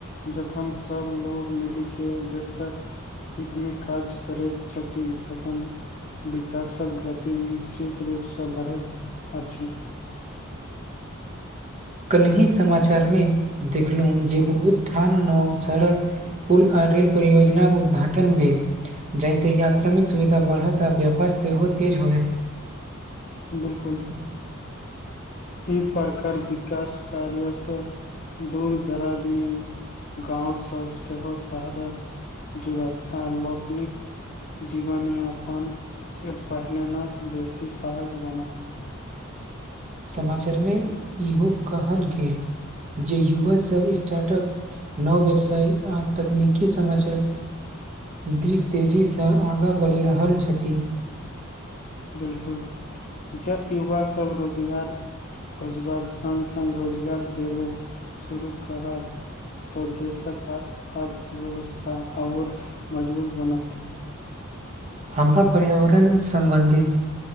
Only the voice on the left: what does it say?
जखन सभ लोग मिलके देशक हित मे काज करैत छथि तखन विकासक गति निश्चित रूपसँ बढ़ैत अछि
बिल्कुल
ई प्रकार विकास कार्यसँ दूर दराज मे गाँव सभ सेहो शहरस जुड़त आ लोकनिक जीवनयापन पहिलेनेसँ बेसी सहज बनत
बिल्कुल ज युवा सब रोजगार खोजबाक सङ्ग सङ्ग रोजगार देबो शुरू करत तऽ देशक अर्थव्यवस्था आओर मजबूत बनत